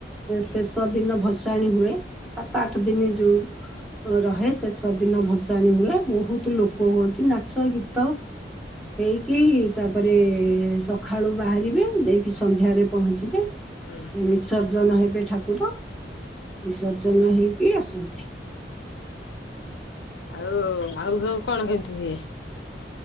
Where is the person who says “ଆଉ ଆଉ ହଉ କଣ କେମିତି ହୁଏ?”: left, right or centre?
Left